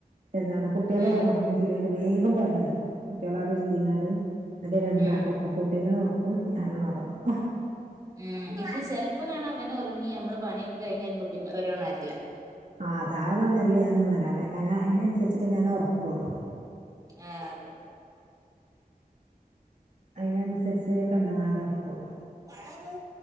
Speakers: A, on the right; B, on the right.
A: എന്താണ് കുട്ടിയാള്
B: ആഹ്
A: ഒറങ്ങി ചിലര് വേഗംപണിയൊരുക്കും കുട്ടിയാളവിടെ ഇരുത്തിങ്ങാണ്ട് എന്നിട്ട് രണ്ടാക്കൊപ്പം
B: ഉം
A: കുട്ടികളെ ഒറ അപ്പോൾ ഞാനൊന്നുറങ്ങും
B: ഉം ഇത് ചെൽപ്പകാണാ അവനൊറങ്ങി അമ്മള് പണിയൊക്കെഴിഞ്ഞ് വരുമ്പോത്തിന് ഓര് ഒണരില്ലാ
A: ആഹ് അതാണോ നല്ലെയാണോ ന്ന് അറിയാതെ അതിനനുസരിച്ചട്ട് ഞാൻ ഉറക്കോ ള്ളു
B: ആ അതെ
A: അയ്നനുസരിച്ച് കണ്ണുങ്ങാണ്ടൊർക്കൊള്ളൂ
B: <unintelligible>